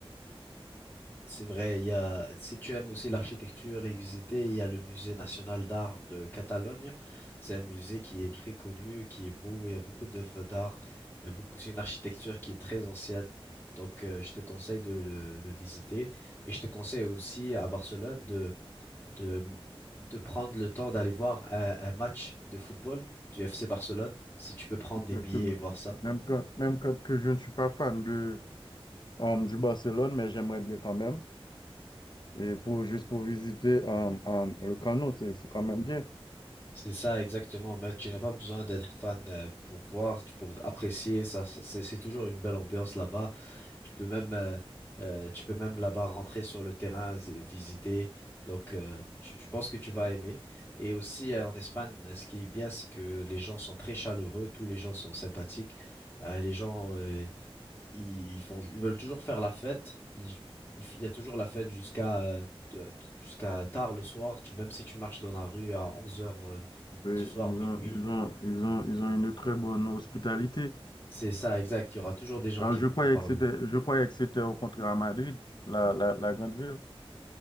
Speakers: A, on the left (about 20°); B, on the left (about 50°).
A: c'est vrai, il y a si tu aimes aussi l'architecture et visiter, il y a le musée national d'art de Catalogne. C'est un musée qui est très connu, qui est beau, il y a beaucoup d'œuvres d'art, il y a beaucoup c'est une architecture qui est très ancienne. Donc, euh, je te conseille de le, le visiter. Et je te conseille aussi à Barcelone de de, de prendre le temps d'aller voir un, un match de football du FC Barcelone, si tu peux prendre
B: Exactement.
A: des billets et voir ça.
B: Même quand, même quand que je ne suis pas fan de, euh, du Barcelone, mais j'aimerais bien quand même. Et pour, juste pour visiter euh, euh, le canot, c'est c'est quand même bien.
A: C'est ça exactement, mais tu n'as pas besoin d'être fan euh, pour voir, tu- pour apprécier ça. ça- C'est c'est toujours une belle ambiance là-bas. Tu peux même, euh, euh, tu peux même là-bas rentrer sur le terrain et visiter. Donc, euh, tu- je pense que tu vas aimer. Et aussi euh, en Espagne, ce qui est bien, c'est que les gens sont très chaleureux, tous les gens sont sympathiques. Euh, les gens, euh, ils font, ils veulent toujours faire la fête. Ils- ils- Il, y a toujours la fête jusqu'à euh, t- t- jusqu'à tard le soir. Tu, même si tu marches dans la rue à 11 heures euh, du
B: Mais
A: soir,
B: Ils
A: minuit,
B: ont, ils ont, ils ont, ils ont une très bonne hospitalité.
A: c'est ça, exact. Il y aura toujours des gens
B: Alors,
A: qui
B: je
A: vont
B: croyais
A: te parler.
B: que c'était, je croyais que c'était au contraire à Madrid, la, la, la grande ville.